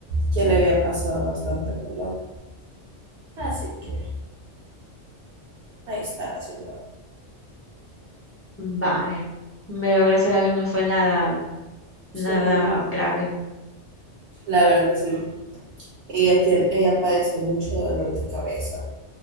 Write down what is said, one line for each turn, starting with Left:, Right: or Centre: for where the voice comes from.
Right: ya le había pasado bastante el dolor. Así que ahí está la señora.
Left: Vaya. Pero gracias a Dios no fue nada, nada
Right: Sí, no,
Left: grave.
Right: la verdad sí. Ella tiene, ella padece mucho dolor de cabeza.